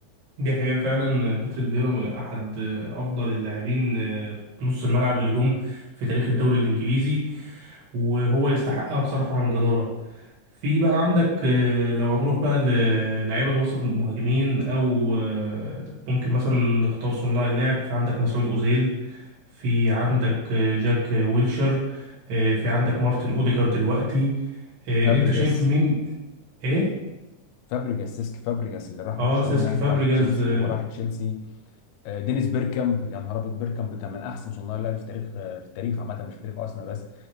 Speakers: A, on the right (about 80°); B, on the left (about 85°).
A: دي حقيقة فعلا باتريك فيرا أحد آه، أفضل اللاعبين نص الملعب اللي جم في تاريخ الدوري الإنجليزي وهو يستحقها بصراحة عن جدارة في بقى عندك آه، لو هنروح بقى للعيبة الوسط المهاجمين أو آه، ممكن مثلا نختار صناع اللعب في عندك مسعود أوزيل في عندك آه، جاك ويلشر آه، في عندك مارتن أوديجارد دلوقتي آه،
B: فابريجاس
A: أنت شايف مين إيه؟
B: فابريجاس سيسك فابريجاس اللي راح
A: آه
B: برشلونه
A: سيسكي فابريجاز
B: وراح تشيلسي
A: آه،
B: وراح تشيلسي آه، دينيس بيركامب يا نهار ابيض بيركامب كان من احسن صناع اللعب في تاريخ آه، في التاريخ عامه مش في تاريخ ارسنال بس